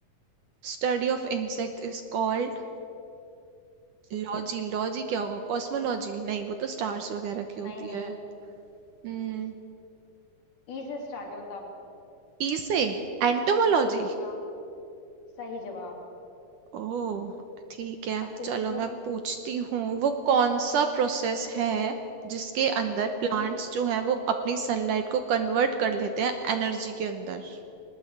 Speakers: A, on the right; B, on the left.
A: Study of insect is called
B: सोचो
A: लॉजी लॉजी क्या होगा कॉस्मोलॉजी नहीं वो तो स्टार्स वगैरह की होती
B: नहीं नहीं
A: है हम्म
B: ई से स्टार्ट है बताओ
A: ई से एंटोमोलॉजी
B: हाँ सही जवाब
A: ओ ठीक है
B: अब तुम
A: चलो
B: पूछो
A: मैं पूछती हूँ वो कौन सा प्रोसेस है जिसके अंदर
B: हम्म
A: प्लांट्स जो है वो अपनी सनलाइट को कन्वर्ट कर लेते हैं एनर्जी के अंदर